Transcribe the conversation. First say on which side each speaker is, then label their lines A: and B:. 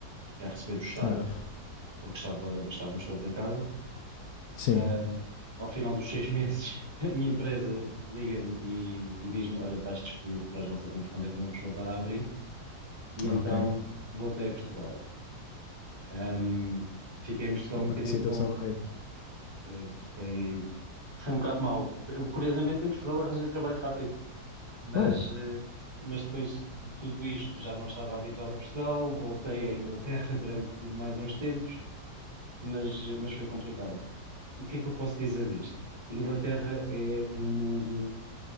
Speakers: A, on the right; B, on the left.
A: a receber do Estado,
B: Ah,
A: porque estava, estávamos todos em casa.
B: sim.
A: Ahm, ao final dos seis meses, <laughs> a minha empresa liga-me e, e diz-me: Olha, estás despedido, porque nós não sabemos quando é que vamos voltar a abrir. E então
B: Ok.
A: voltei a Portugal. Ahm, fiquei em Portugal
B: Epá,
A: um bocadinho
B: que situação
A: com.
B: horrível.
A: pá, Foi, foi, foi um bocado mau. Eu, curiosamente, em Portugal arranjei trabalho rápido. Mas,
B: Oh,
A: eh, mas depois de tudo isto já não estava habituado a Portugal, voltei à Inglaterra durante mais uns tempos, mas, eh, mas foi complicado. O que é que eu posso dizer disto? Inglaterra é um mundo